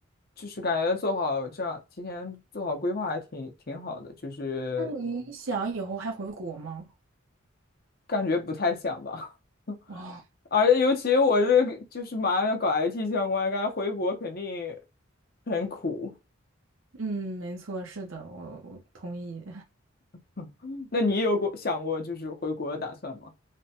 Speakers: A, on the left; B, on the right.
A: 就是感觉做好这样提前做好规划还挺挺好的，就是
B: 那你想以后还回国吗？
A: 感觉不太想吧。<laughs>
B: 哇，
A: 而且尤其我是就是马上要搞 IT 相关，感觉回国肯定很苦。
B: 嗯，没错，是的，我我同意。
A: <laughs> 那你有过想过就是回国的打算吗？